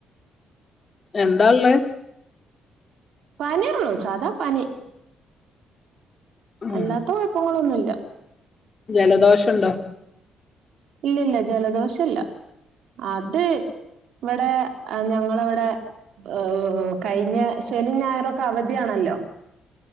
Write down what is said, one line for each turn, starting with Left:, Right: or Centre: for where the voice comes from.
Left: എന്താള്ളേ
Right: പനി ഒള്ളു സാധാ പനി
Left: ഉം
Right: അല്ലാത്ത കുഴപ്പങ്ങളൊന്നുല്ല
Left: ജലദോഷണ്ടോ
Right: ഇല്ലല്ല ജലദോഷല്ല അത് ഇവടെ ആ ഞങ്ങളവടെ ഓ കഴിഞ്ഞ ശനി ഞായറൊക്കെ അവധിയാണല്ലോ